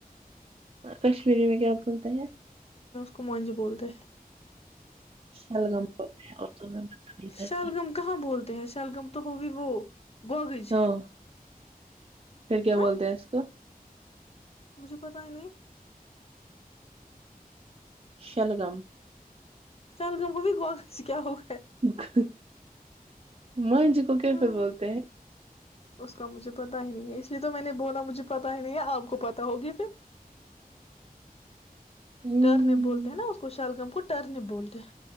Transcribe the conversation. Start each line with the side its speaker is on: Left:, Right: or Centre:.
Right: کشیر میں کیا بولتے ہیں
Left: کومان جی بولتے
Right: شلگم بولتے ہیں اردو میں بدتمیز لڑکی
Left: شلگم کہاں بولتے ہیں شلگم تو ہو بھی وہ <inaudible> گوگج
Right: ہاں پھر کیا
Left: ہاں
Right: بولتے ہیں اس کو
Left: مجھے پتا ہی نہیں
Right: شلگم
Left: شل گماب بھی گوا کیا ہوگ
Right: اک ہ ماں جی کو
Left: گیا
Right: کی پھر بولتے ہیں
Left: اس کا مجھے پتا ہی نہیں ہے اس لیے تو میں نے بولا مجھے پتا ہی نہیں ہے آپ کو پتا ہوگی پھر
Right: ہوں
Left: ٹرنے بولتے ہیں نا اس کو شالگم کو ترنے بولتے